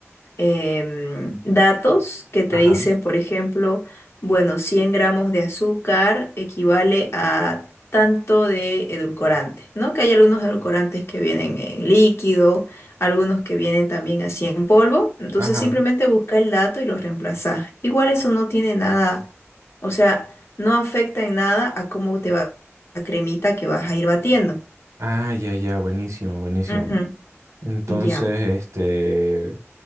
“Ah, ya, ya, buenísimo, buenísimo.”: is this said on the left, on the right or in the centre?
Right